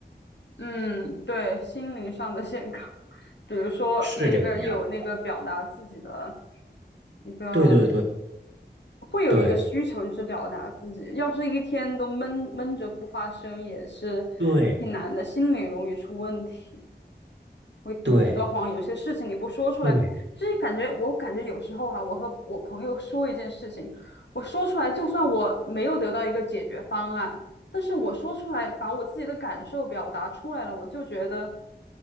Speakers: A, on the left; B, on the right.
A: 嗯，对，心灵上的健康，<laughs> 比如说每个人有那个表达自己的
B: 是这个样子。
A: 一个，
B: 对对对
A: 会有一个需求，
B: 对
A: 就是表达自己。要是一天都闷闷着不发声，也是
B: 对
A: 挺难的，心理容易出问题。会堵得慌，
B: 对
A: 有些事情你不说出来，
B: 对。
A: 就是感觉我感觉有时候哈，我和我朋友说一件事情，我说出来，就算我没有得到一个解决方案，但是我说出来，把我自己的感受表达出来了，我就觉得